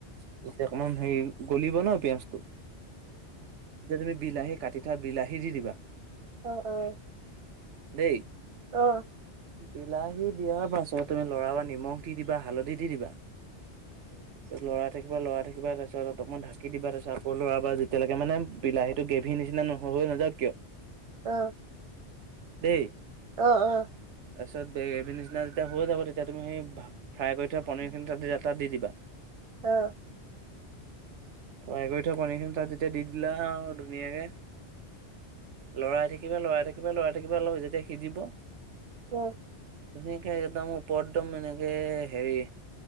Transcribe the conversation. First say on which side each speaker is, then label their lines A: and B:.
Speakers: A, on the right; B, on the right.
A: তেতিয়া অকমান হেৰি গলিব ন পিয়াজটো। এতিয়া তুমি বিলাহী কাটি থোৱা বিলাহী দি দিবা।
B: অ' অ'।
A: দেই।
B: অ'।
A: বিলাহী দিয়াৰ পাছত তুমি লৰা বা নিমখ দি দিবা হালধি দি দিবা! <unintelligible> হৈ নাযাওঁক কিয়!
B: অ'
A: দেই!
B: অ' অ'!
A: তাৰপিছত গেভী নিচিনা যেতিয়া হৈ যাব! তেতিয়া তুমি সেই ভ ফ্ৰাই কৰি থোৱা পনীৰ খিনি তাতে এটা দি! দিবা
B: অ'
A: কহাই কৰি থোৱা পনী খিনি তাত যেতিয়া দি দিলা আৰু ধুনীয়াকে! লৰাই থাকিবা লৰাই থাকিবা লৰাই থাকিবা অলপ এ যেতিয়া সিজিব!
B: উম!
A: একে একদম ওপৰত দম এনেকে হেৰি